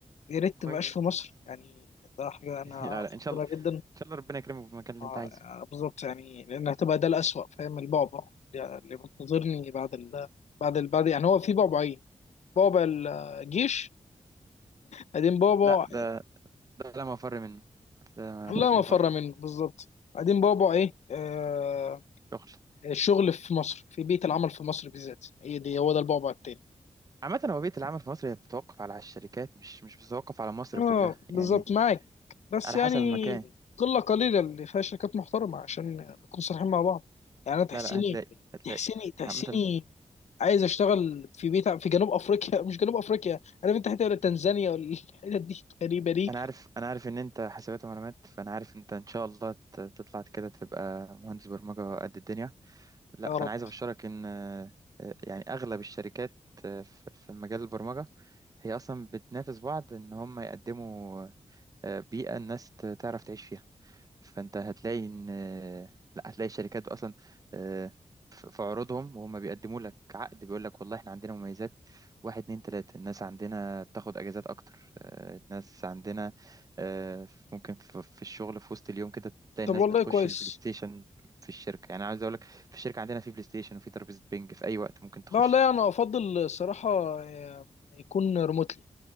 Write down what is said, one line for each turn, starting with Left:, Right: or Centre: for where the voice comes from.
Left: يا ريت
Right: كويس
Left: ما يبقاش في
Right: كويس
Left: مصر يعني ده حاجه انا
Right: <laughs> لا لا ان شاء
Left: افضلها
Right: الله ان
Left: جدا
Right: شاء الله ربنا يكرمك في المكان اللي
Left: اه
Right: انت عايزه
Left: بالظبط يعني لان هتبقى ده الأسوأ فاهم البعبع اللي منتظرني بعد ال... بعد ال... بعد يعني هو في بعبعين بعبع الجيش بعدين بعبع
Right: لا ده ده لا مفر منه ده ما
Left: الله
Right: فيش
Left: ما
Right: مفر
Left: فر منه بالظبط بعدين بعبع ايه آه...
Right: شغل
Left: الشغل في مصر في بيئة العمل في مصر بالذات هي دي هو ده البعبع التاني
Right: عامة هو بيئة العمل في مصر هي بتتوقف على على الشركات مش مش بتتوقف على مصر
Left: اه
Right: كلها
Left: بالظبط
Right: يعني
Left: معاك بس
Right: على
Left: يعني
Right: حسب المكان
Left: هتاخد إيه؟ قله قليله اللي فيها شركات محترمه عشان نكون صريحين مع بعض يعني انا تحسيني
Right: لا لا هتلاقي هتلاقي
Left: تحسيني تحسيني
Right: عامة
Left: عايز اشتغل في بيت في جنوب افريقيا <laughs> مش جنوب افريقيا انا في الحته ولا تنزانيا ولا الحتت دي غريبه دي
Right: انا عارف انا عارف ان انت حسابات ومعلومات فانا عارف انت ان شاء الله ت- تطلع كده تبقى مهندس برمجة قد الدنيا لا
Left: يا
Right: فانا
Left: رب
Right: عايز ابشرك ان آه، آه، يعني اغلب الشركات آه، ف- في مجال البرمجة هي اصلا بتنافس بعض ان هم يقدموا آه، بيئة الناس ت- تعرف تعيش فيها فانت هتلاقي ان لا هتلاقي الشركات اصلا آه، في في عروضهم وهم بيقدموا لك عقد بيقول لك والله احنا عندنا مميزات واحد اتنين تلاتة الناس عندنا بتاخد اجازات اكتر آه، الناس عندنا آه، ممكن في في الشغل في وسط اليوم كده تلاقي
Left: طب
Right: الناس
Left: والله
Right: بتخش
Left: كويس
Right: البلاي ستيشن في الشركة يعني عايز اقول لك في الشركة عندنا في بلاي ستيشن وفي ترابيزة بينج في اي وقت ممكن تخش
Left: لا والله انا افضل الصراحه آه، يكون ريموتلي